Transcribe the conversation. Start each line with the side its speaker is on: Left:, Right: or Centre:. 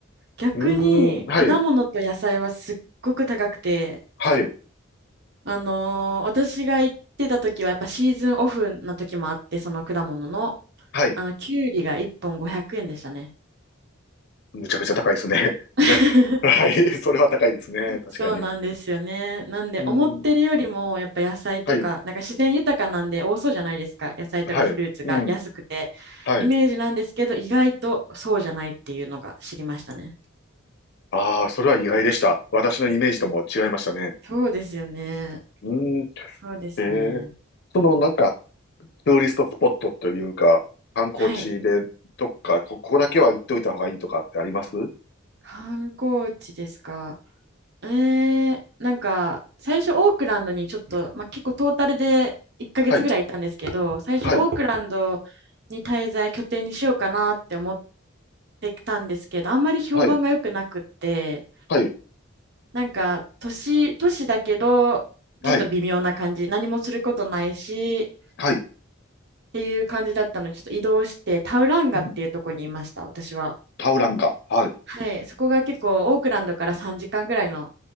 Right: 逆に、
Left: うーん、はい、
Right: 果物と野菜はすっごく高くて、
Left: はい、
Right: あのー私が行ってた時は、やっぱシーズンオフな時もあって、その果物の、
Left: はい。
Right: あの、きゅうりが1本500円でしたね。
Left: むちゃくちゃ高いですね。<laughs>
Right: <laughs>
Left: ね、はい、それは高いですね。確かに。
Right: そうなんですよね。
Left: う
Right: なんで、
Left: ん、
Right: 思ってるよりも、やっぱ野菜とか、
Left: はい、
Right: なんか自然豊かなんで多そうじゃないですか。野菜とかフルーツが安くて、
Left: はい、うん、はい。
Right: イメージなんですけど、意外とそうじゃないっていうのが知りましたね。
Left: ああ、それは意外でした。私のイメージとも違いましたね。
Right: そうですよね。
Left: うん、え
Right: そうですね。
Left: ー、そのなんか、ツーリストスポットというか、観光地でどっか、
Right: はい。
Left: こここだけは行っておいた方がいいとかってあります
Right: 観光地ですか。えー、なんか、最初オークランドにちょっと、まあ、結構トータルで1ヶ月ぐらいいたんですけど、
Left: はい、
Right: 最初オークランドに滞在、
Left: はい、
Right: 拠点にしようかなって思ってたんですけど、あんまり評判が良くなくって、
Left: はい、はい、
Right: なんか、都市、都市だけど、
Left: はい、
Right: ちょっと微妙な感じ、何もすることないし、
Left: はい。
Right: っていう感じだったので、ちょっと移動して、タウランガっていうとこにいました、
Left: うん、
Right: 私は。
Left: タウランガ。はい、
Right: はい、そこが結構、オークランドから3時間ぐらいの、